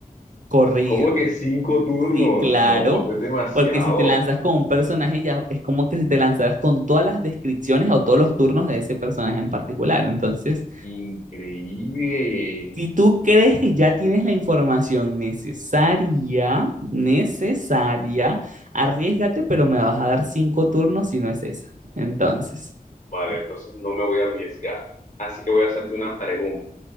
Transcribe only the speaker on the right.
Corridos.
Sí, claro.
Porque si te lanzas con un personaje, ya es como que si te lanzaras con todas las descripciones o todos los turnos de ese personaje en particular. Entonces,
si tú crees que ya tienes la información necesaria, necesaria, arriesgate, pero me vas a dar cinco turnos si no es esa. Entonces.